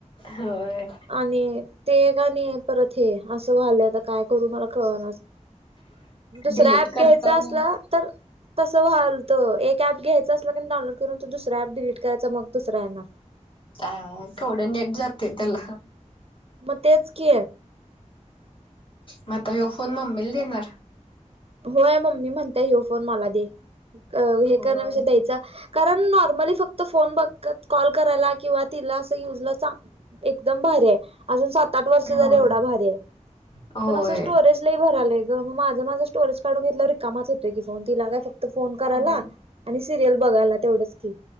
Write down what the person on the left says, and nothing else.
होय.
डिलीट
करताना
अ केवढ नेट जातय त्याला
म आता ह्यो फोन मम्मीला देणार
होय.
होय
होय.
होय.